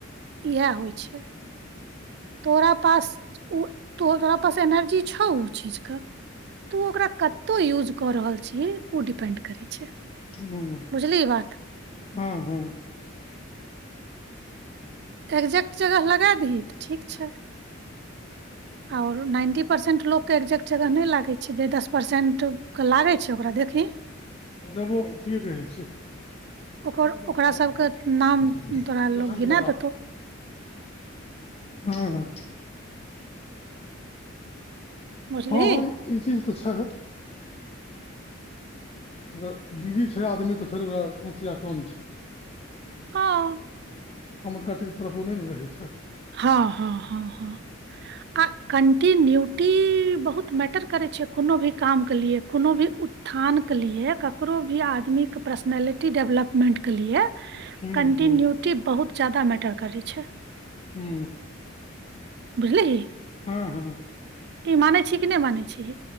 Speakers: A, on the right; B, on the left.
A: इएह होइ छै तोरा पास ओ तोरा पास एनर्जी छौ ओ चीजके तऽ ओ ओकरा कतहु यूज कऽ रहल छियै ओ डिपेंड करैत छै
B: हँ
A: बुझली ई बात
B: हँ हँ
A: एक्जैेक्ट जगह लगाए दही तऽ ठीक छै आओर नाइन्टी परसेंट लोककेँ एक्जेक्ट जगह नहि लागैत छै जे दस परसेंट केऽ लागै छै ओकरा देखही
B: देबो ठीक कहै छै
A: ओकर
B: नहि बलक
A: ओकरा
B: बत
A: सबके नाम तोरा लोग गिना
B: बेटा
A: देतौ
B: हँ हँ
A: बुझलिही
B: हँ हँ ई चीज तऽ छै अगर बिजी छै आदमी तऽ फेर ओकरा समस्या कम छै
A: हँ
B: छोटका मोटका चीज तरफ ओने ने रहै छै
A: हँ हँ हँ हँ आ कन्टिन्यूटी बहुत मैटर करै छैिय कोनो भी काम के लिए कोनो भी उत्थानके लिए ककरो भी आदमीके पर्सनैलिटी डेवलपमेन्टके लिए
B: हूँ
A: कन्टिन्यूटी
B: हूँ
A: बहुत ज्यादा मैटर करै छै
B: हू
A: बुझलीही
B: हँ हँ
A: ई मानय छी कि नहि मान यछी